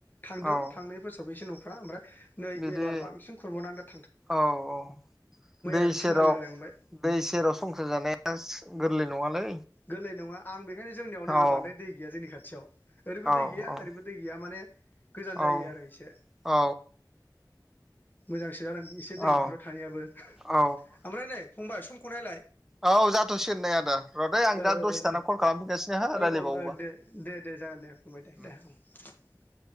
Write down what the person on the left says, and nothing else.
थांदों
थांनाय बोसोरावबो एसे न'फ्रा ओमफ्राय नै
एबार बांसिन खुरब'नानै <unintelligible>
ओरै
खुनालायलांबाय
गोरलै नङा आं बेखायनो जोंनियाव नैबेयाव
बांद्राय दै गैया जोंनि खाथियाव। ओरैबो
दै गैया
ओरैबो दै गैया माने गोजान जायो
आरो इसे।
मोजांसो जादों एसे दै
गेयिफ्राव थानायाबो
ओमफ्राय नै फंबाय समखौ नायलाय।
ओ
ओ ओ
औ
औ औ दे दे दे जागोन दे फंबाय दे
दे औ। <unintelligible>